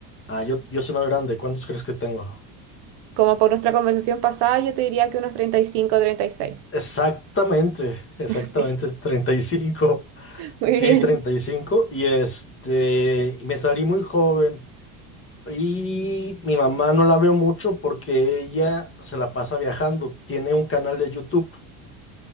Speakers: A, on the left; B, on the right.
A: Ah, yo, yo soy más grande. ¿Cuántos crees que tengo?
B: Como por nuestra conversación pasada, yo te diría que unos 35 o 36.
A: Exactamente, exactamente,
B: <laughs> Sí,
A: treinta y cinco,
B: muy
A: Sí,
B: bien.
A: 35. Y cinco. Y este, me salí muy joven. Y mi mamá no la veo mucho porque ella se la pasa viajando. Tiene un canal de YouTube.